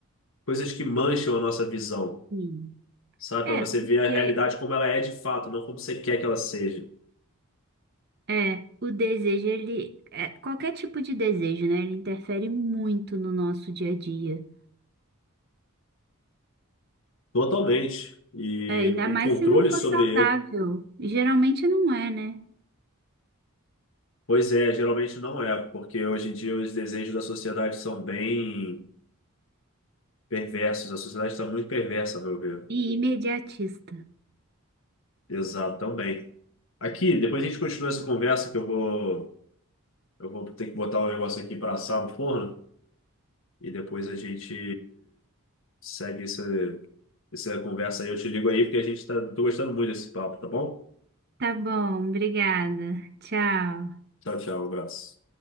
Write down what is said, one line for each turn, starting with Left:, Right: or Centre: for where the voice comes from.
Left: coisas que mancham a nossa visão,
Right: Sim.
Left: sabe?
Right: É,
Left: Para você
Right: porque
Left: ver a realidade como ela é de fato, não como você quer que ela seja.
Right: É, o desejo, ele, é, qualquer tipo de desejo, né? Ele interfere muito no nosso dia a dia.
Left: Totalmente. E
Right: É, ainda
Left: o
Right: mais
Left: controle
Right: se não for
Left: sobre
Right: saudável.
Left: ele,
Right: Geralmente não é, né?
Left: pois é, geralmente não é, porque hoje em dia os desejos da sociedade são bem perversos. A sociedade está muito perversa, a meu ver.
Right: E imediatista.
Left: Exato, também. Aqui, depois a gente continua essa conversa que eu vou, eu vou ter que botar um negócio aqui para assar no forno. e depois a gente segue essa, essa conversa aí. Eu te ligo aí porque a gente tá, tô gostando muito desse papo, tá bom?
Right: Tá bom, obrigada. Tchau.
Left: Tchau, tchau, um abraço.